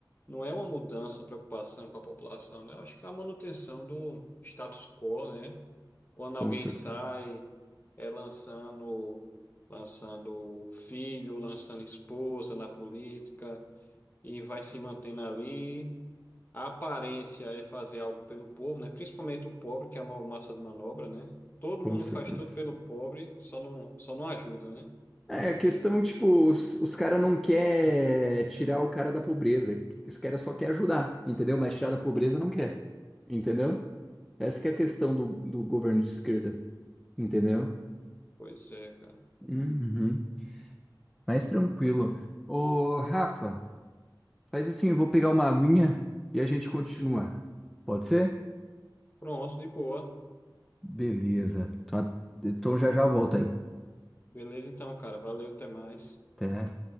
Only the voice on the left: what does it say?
não é uma mudança, uma preocupação com a população, né? Eu acho que é a manutenção do status quo, né? Quando
alguém
sai, é lançando, lançando filho, lançando esposa na política e vai se mantendo ali. A aparência é fazer algo pelo povo, né? Principalmente o pobre, que é a maior massa de manobra, né? Todo
mundo
faz tudo pelo pobre, só não, só não ajuda, né?
Pois é, cara.
Pronto, de boa.
Beleza então, cara. Valeu, até mais.